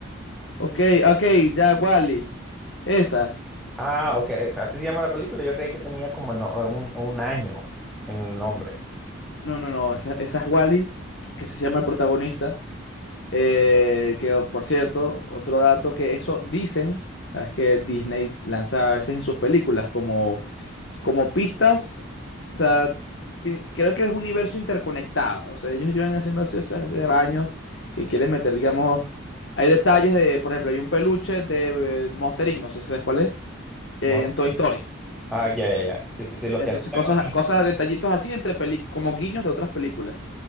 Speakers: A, on the left; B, in the centre.
A: ok, ok, ya, Wally. Esa.
B: Ah, ok, es- así se llama la película. Yo creí que tenía como el no- un, un año en el nombre.
A: No, no, no, esa, esa es Wally, que así se llama el protagonista. Eh, que oh, por cierto, otro dato que eso dicen, sabes que Disney lanza a veces en sus películas como, como pistas, o sea, ti- creo que es un universo interconectado, o sea, ellos llevan haciendo así eso hace años que quieren meter, digamos, hay detalles de, por ejemplo, hay un peluche de eh, Monster Inc., no sé si sabes cuál es,
B: No
A: eh,
B: sé.
A: en Toy Story.
B: Ah, ya, ya, ya. Sí, sí, sí, los
A: Entonces,
B: que asustan
A: cosas,
B: a los niños.
A: cosas, detallitos así entre películas, como guiños de otras películas.